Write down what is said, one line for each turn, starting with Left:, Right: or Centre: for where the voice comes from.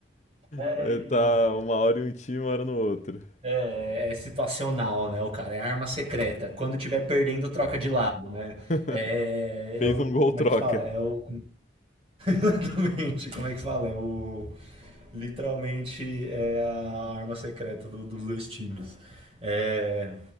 Right: é,
Left: <laughs> vai
Right: então,
Left: tá uma hora em um time, uma hora no outro.
Right: é situacional, né? O cara é arma secreta. Quando tiver perdendo, troca de lado, né?
Left: <laughs>
Right: É,
Left: Fez
Right: eu,
Left: um gol
Right: como
Left: troca.
Right: é que fala? É o, <laughs> Exatamente, como é que fala? É o. Literalmente é a arma secreta do- dos dois times. É.